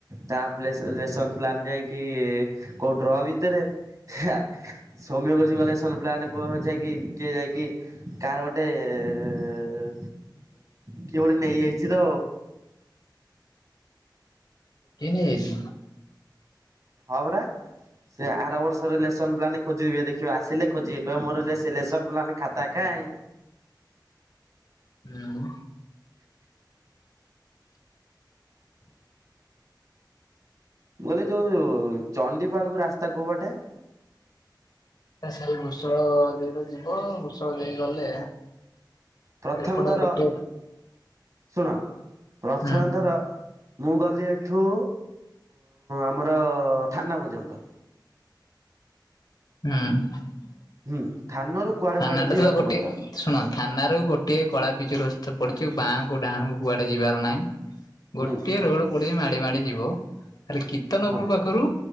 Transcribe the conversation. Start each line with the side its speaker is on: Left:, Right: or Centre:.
Right: ତା ପ୍ଲେସ ରେସନ ପ୍ଲାନ ଯାଇକି କୋଉ ଡ୍ର ଭିତରେ ହି ଆ ସୌମ୍ୟ କରିଛି ଗଲେସନ ପ୍ଲାନ କୋହ ଯାଇକି କିଏ ଯାଇକି କି କାର ଗୋଟେ ଏ କିଏ ଗୋଟେ ନେଇଯାଇଛି ତ।
Left: କିଏ ନେଇ ଯାଇଛି?
Right: ହଁ ବରା ସେ ଆର ବର୍ଷରେ ଲେସନ ପ୍ଲାନ୍ ଖୋଜିବେ ଦେଖିବ ଆସିଲେ ଖୋଜିବେ କହିବ ମୋର ଲେସ ଲେସନ ପ୍ଲାନ୍ ଖାତା କାଇଁ?
Left: ହୁଁ
Right: ମୁଁ କହିଲି ଯୋଉ ଚଣ୍ଡିପାଳକୁ ରାସ୍ତା କୋଉ ବାଟେ
Left: ସେଇ ଘୁଷଳ ଦେଇ ତ ଯିବ ଘୁଷଳ ଦେଇ ଗଲେ
Right: ପ୍ରଥମଥର
Left: ଏପଟେ ଗୋଟେ
Right: ଶୁଣ ପ୍ରଥମଥର
Left: ହୁଁ
Right: ମୁଁ ଗଲି ଏଠୁ ଆମର ଥାନା ପର୍ଯ୍ୟନ୍ତ
Left: ହୁଁ
Right: ହୁଁ ଥାନ ରୁ କୁଆଡେ
Left: ଥାନାଟା
Right: କୁଆଡେ ଯିବି
Left: ତ
Right: ମତେ
Left: ଗୋଟିଏ
Right: ବତାଅ।
Left: ଶୁଣ ଥାନାରୁ ଗୋଟେ କଳା ପିଚୁ ରାସ୍ତା ପଡିଛି ବାଁ କୁ ଡହାଣୁ କୁଆଡେ ଯିବାର ନାହିଁ। ଗୋଟିଏ
Right: ହୁଁ
Left: ରୋଡ ପଡ଼ିଚି ମାଡି ମାଡି ଯିବ ଖାଲି କିର୍ତ୍ତନପୁର
Right: ହଁ
Left: ପାଖରୁ